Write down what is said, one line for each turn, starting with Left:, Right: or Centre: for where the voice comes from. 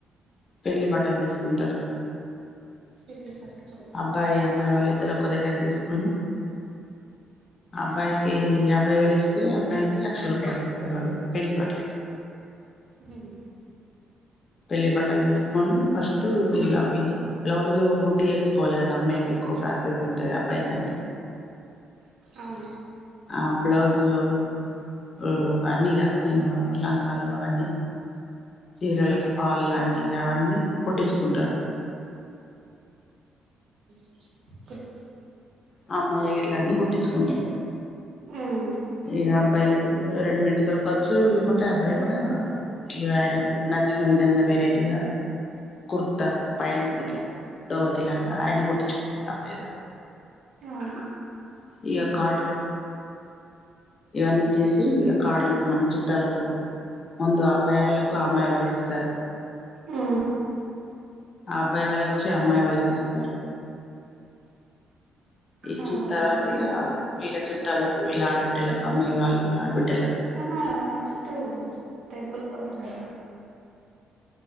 Left: పెళ్లి బట్టలు తీసుకుంటరు,
Right: పెళ్లి బట్టలు
Left: అబ్బాయి అమ్మాయి వాళ్ళ ఇద్దరు ఒక దగ్గర తీసుకొని అబ్బాయికి యాభై వేలు ఇస్తే, అమ్మాయికి లక్ష రూపాయలు ఇస్తరు ఆళ్ళు. పెళ్ళి బట్లకి
Right: హ్మ్
Left: పెళ్లి బట్టలు తీసుకొని ఫస్ట్ ఇలా అవి బ్లౌజులు గుట్టి ఏసుకోవాలి కదా అమ్మాయికి ఎక్కువ ఫ్రాసెస్ ఉంటది అబ్బాయి కంటే.
Right: అవును
Left: ఆ బ్లౌజ్ లో <inaudible> అవన్నీగా లంగాలు అవన్నీ, జీరలకు ఫాల్ లాంటి ఇగ అవన్నీ కుట్టించుకుంటరు.
Right: <inaudible> <unintelligible>
Left: అమ్మాయి ఇట్లని కుట్టించుకో ఉంట
Right: ఉమ్
Left: ఇ అబ్బాయి వాళ్ళు రెడి మేంట్ దొరకొచ్చు లేకుంట అ అబ్బాయి గూడ ఇగ ఆయన నచ్చిన విధంగా వెరైటీగా కుర్తా పైన్ ఇట్లా దోతి లాగా ఆయన గుట్టించుకుంటాడు అబ్బాయి గూడా
Right: అవును
Left: ఇగ కాడ్ లు ఇవన్నీచ్చేసి ఇక కాడ్ లు మన చుట్టాలకు వంద అబ్బాయి వాళ్ళకు అమ్మాయి వాళ్ళే ఇస్తరు
Right: ఉమ్
Left: అబ్బాయి వాళ్ళకి వచ్చి అమ్మాయి వాళ్ళకి ఇస్తరు ఇచ్చిన
Right: అవును
Left: తర్వాతే ఇగా వీళ్ళ చుట్టాలకు వీళ్ళ ఆడబిడ్డలకు అమ్మాయి వాళ్ళ ఆడబడి
Right: ఆహ ఫస్ట్ టెంపుల్ పోతరు గదా